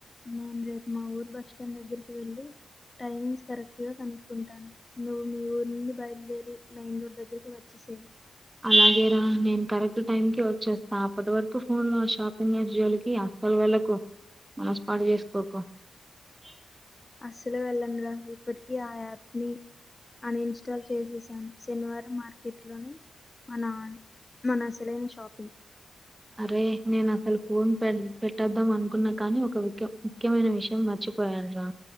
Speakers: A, on the left; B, on the right.
A: నేను రేపు మా ఊరు బస్టాండ్ దగ్గరికి వెళ్ళి టైమింగ్స్ కరెక్ట్ గా కనుక్కుంటాను నువ్వు మీ ఊరు నుండి బయలుదేరి మెయిన రూటు దగ్గరకి వచ్చేసేయి
B: అలాగేరా నేను కరెక్ట్ టైం కి వచ్చేస్తా అప్పటి వరకు ఫోన్ లో షాపింగ్ జోల్కి అసలు అసలు వెళ్లకు మనసు పాడు చేసుకోకు
A: అసలే వెళ్ళను రా ఇప్పటికి ఆ యాప్ ని అనిస్టాల్ చేసేసాను శనివారం మార్కెట్ లోని అవునా మన సెలైన్ షాపింగ్
B: అరే నేను అసలు ఫోన్ పె పెట్టేద్దాం అనుకున్నా కానీ ఒక ముఖ్యం ముఖ్యమైన విషయం మర్చిపో పోయానురా